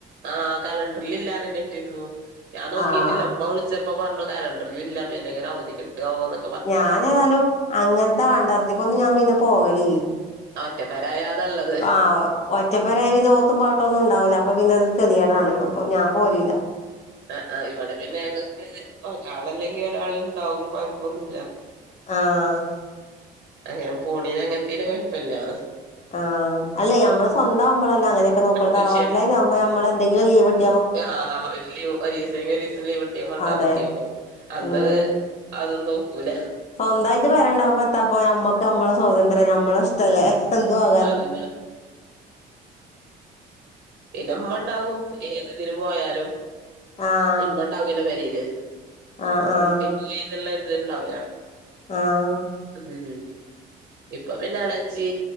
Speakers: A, on the right; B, on the left.
A: ആഹ് കലണ്ടറിലില്ലാറിണെട്ടീന്നു ഞാൻ നോക്കിട്ടില്ല
B: ആഹ്
A: ഉമ്മ വിളിച്ച അപ്പൊ പറഞ് കലണ്ടറിലില്ല പിന്നെങ്ങനാ അവധി കിട്ടാവോന്ന്
B: ഞാനേതാലും അങ്ങനത്തെ ആണ്ടർതിക്കൊന്നും ഞാൻ പിന്നെ പോകലില്ല
A: ഒറ്റപ്പെരായ അതാ ഉള്ളത്
B: ആഹ് ഒറ്റപ്പെരായപിന്നെ
A: ഉം
B: കാത്തും പാട്ടൊന്നുംണ്ടാവൂലാ അപ്പ പിന്നതൊര് കെധ്യേടാണ് അപ്പ ഞാ പോരൂല
A: ആ ആ ഇവിടെ പിന്നെ ഞങ്ങക്ക് ഒരാളല്ലെങ്കി ഒരാള് ണ്ടാവും കുഴപ്പൊന്നുല്ല്യാ
B: ആഹ്
A: അങ്ങനെ പോണീന് അങ്ങനത്തീന് കൊഴപ്പല്ലാ
B: ആഹ് അല്ലേ അമ്മളെ സ്വന്താവുമ്പളല്ലേ അങ്ങനൊക്കെ നോക്കൊള്ളു
A: പക്ഷെ
B: തറവാട്ടിലേക്കാവ്പോ നമ്മളെന്തെങ്കിലും ലീവ്ട്ട്
A: ആഹ് ആ ഒരു ലി ഒരൂസെങ്കി ഒരൂസം ലീവ്ട്ടിയ മണ്ടാന്നിക്കാവും
B: അതെ
A: അന്ന്
B: ഉം
A: അതൊന്നുനോക്കൂല
B: സ്വന്തായിട്ട് പെരണ്ടാവുമ്പ എത്താപ്പോ ഞമ്മക്ക് ഞമ്മളെ സ്വതന്ത്രം ഞമ്മളഷ്ടല്ലേ എന്തുആകാലോ
A: അതന്നെ പിന്നെമ്മണ്ടാവും ഏത്തിന് പോയാലും
B: ആഹ്
A: ഇമ്മണ്ടാവല്ലോ പെരീല്
B: ആഹ്
A: പൂട്ടിപ്പോയിന്ന്ള്ളൊരിത്ണ്ടാവൂല
B: ആഹ് ആഹ്
A: അതന്നെ ഇപ്പൊ പിന്നെ എളച്ചി